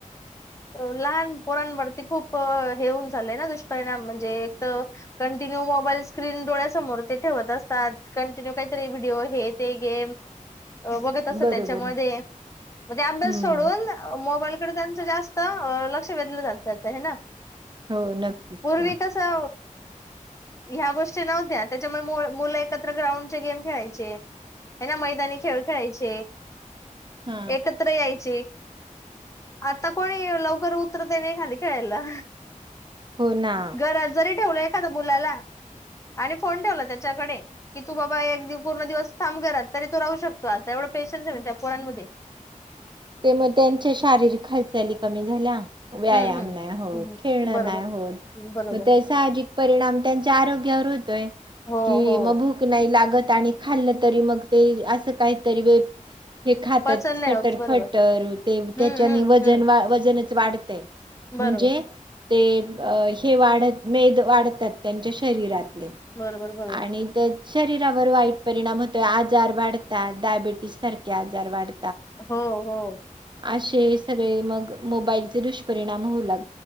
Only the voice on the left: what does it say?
लहान पोरांवरती खूप हे होऊन झालंय ना दुष्पिणाम म्हणजे एक तर कंटिन्यू मोबाईल स्क्रीन डोळ्यासमोर ते ठेवत असतात कंटिन्यू काहीतरी व्हिडिओ आहेत. ते ग बघत असत
त्याच्यामध्ये मग ते अभ्यास
सोडून मोबाईलकडे जास्त लक्ष वेधलं जात ना
पूर्वी
कस अ ह्या गोष्टी नव्हत्या त्याच्यामुळे मुलं एकत्र ग्राउंडचे गेम खेळायचे हाय ना, मैदानी खेळ खेळायचे
एकत्र यायचे आता कोणी लवकर उतरता नाही खाली खेळायला
घरात जरी ठेवलंय मुलाला आणि फोन ठेवला त्याच्याकडे की तू बाबा एक पूर्ण दिवस थांब घरात, तो राहू शकतो आता एवढं पेशन्स आहे त्या पोरांमध्ये
हम्म हम्म
हम्म
बरोबर
बरोबर
हो
हो
पचन
नाही होत बरोबर
हम्म
हम्म
हम्म
बरोबर
बरोबर बरोबर
हो-हो